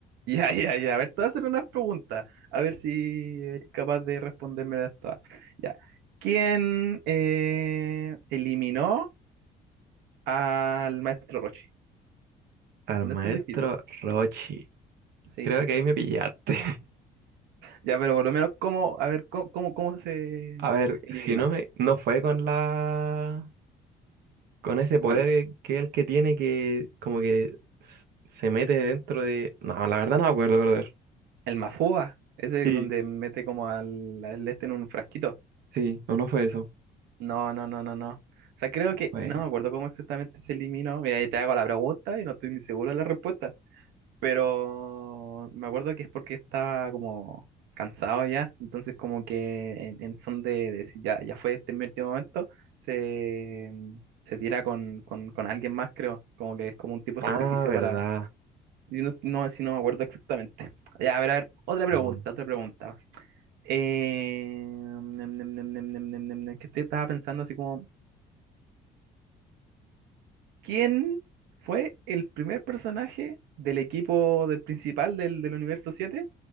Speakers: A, on the right (about 80°); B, on the right (about 70°).
A: Ya, ya, ya. A ver, te voy a hacer unas preguntas. A ver si eres capaz de responderme todas. Ya. ¿Quién eh, eliminó al maestro Rochi?
B: al
A: No
B: maestro
A: es tan difícil.
B: Rochi.
A: Sí.
B: Creo que ahí me pillaste.
A: Ya, pero por lo menos, ¿cómo? A ver, ¿cómo, cómo, cómo se
B: <laughs> A ver,
A: eliminó?
B: si no me... No fue con la... con ese
A: ¿Cuál?
B: poder que es el que tiene que como que s- se mete dentro de... No, la verdad no me acuerdo, brother.
A: ¿El Mafúa? Ese
B: Sí,
A: es donde mete como al, al este en un frasquito.
B: sí, no, no fue eso.
A: No, no, no, no, no. O sea, creo que
B: Fue...
A: no me acuerdo cómo exactamente se eliminó. Mira, ahí te hago la pregunta y no estoy ni seguro de la respuesta. Pero me acuerdo que es porque estaba como cansado ya, entonces como que en, en son de, de decir ya, ya fue este es mi último momento, se, mm, se tira con, con, con alguien más, creo, como que es como un tipo de
B: Ah,
A: sacrificio
B: verdad.
A: para... y No, no, si no me acuerdo exactamente. <laughs> Ya, a ver, a ver, otra pregunta,
B: Eh, bueno.
A: otra pregunta. Eh, nem, nem, nem, nem, nem, nem, nem, nem, que estoy- estaba pensando así como, ¿quién fue el primer personaje del equipo del principal del, del universo 7